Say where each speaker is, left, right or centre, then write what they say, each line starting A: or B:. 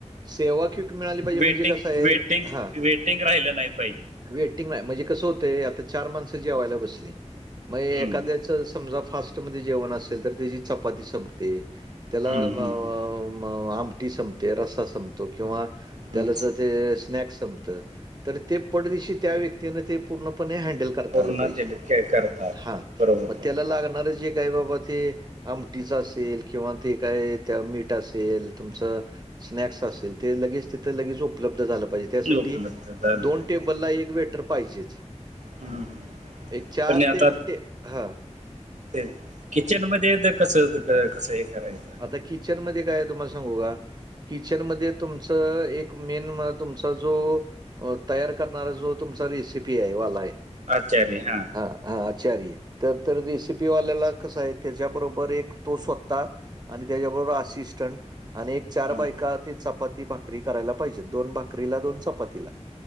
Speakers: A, on the right; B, on the right.
A: सेवा क्विक मिळाली पाहिजे, म्हणजे
B: वेटिंग
A: कसं हाए?
B: वेटिंग
A: हा.
B: वेटिंग राहिलं नाही पाहिजे
A: वेटिंग नाही म्हणजे कसं होतय, आता चार माणसं जेवायला बसली, मग एखाद्याच
B: हम्म
A: असं समजा फास्टमध्ये जेवण असेल, तर त्याची चपाती संपते. त्याला
B: हम्म
A: आ म
B: हम्म
A: म आमटी संपते, रसा संपतो किंवा
B: हम्म
A: त्याला जर ते अ स्नॅक संपत, तर ते पटदिशी त्या व्यक्तीनं ते पूर्णपणे हॅण्डल क करता
B: पूर्ण
A: आल पाहिजे,
B: दिले काय करता आलं
A: हा
B: पाहिजे बरोबर
A: म
B: बरोबर
A: त्याला लागणार जे काही बाबा ते आमटीच, असेल किंवा ते काय त्या मीठ असेल, तुमच स्नॅक्स असेल ते तिथ लगेच उपलब्ध झालं पाहिजे. त्यासाठी
B: उपलब्ध झालं पाहिजे
A: दोन टेबलला एक वेटर पाहिजेच,
B: हम्म हम्म
A: एक चार
B: पण आता
A: टे टे हा
B: ते किचन मध्ये अ ते कस कसं हे करायचं. आहे
A: आता किचन मध्ये काय आहे, तुम्हाला सांगू का? किचनमध्ये तुमचं एक मेन मा तुमचा जो तयार करणारा, जो तुमचा रेसिपी हाय वाला हाय
B: आचारी हा.
A: हा हा आचारी तर तर रेसिपीवाल्याला कस हाय? त्याच्याबरोबर एक तो सोता आणि त्याच्याबरोबर असिस्टंट आणि एक चार
B: हम्म,
A: बायका ते चपाती भाकरी करायला पाहिजेत. दोन भाकरी भाकरीला, दोन चपातीला